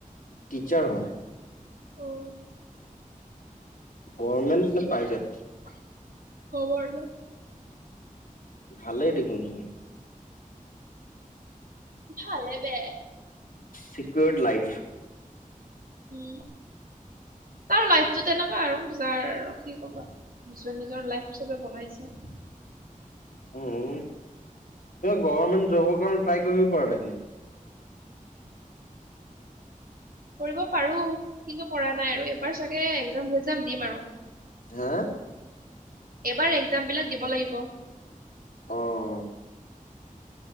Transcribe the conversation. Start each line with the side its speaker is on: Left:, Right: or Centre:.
Left: টিচাৰ হয়।
Right: ত'
Left: গভমেণ্ট নে প্ৰাইভেট
Right: <unintelligible>
Left: ভালেই দেখোনচোন
Right: ভালে বেয়া
Left: চিক্যৰড লাইফ
Right: উ তাৰ লাইফটো তেনেকুৱা আৰু যাৰ কি কবা নিজৰ নিজৰ লাইফ চবে বনাইছে।
Left: উম গভমেন্ট জবৰ কাৰণে ট্ৰাই কৰিব পাৰা দেখোন
Right: কৰিব পাৰো কিন্তু কৰা নাই আৰু, এবাৰ চাগে এক্জাম চেগজাম দিম আৰু।
Left: হা?
Right: এবাৰ একজামবিলাক দিব লাগিব
Left: আহ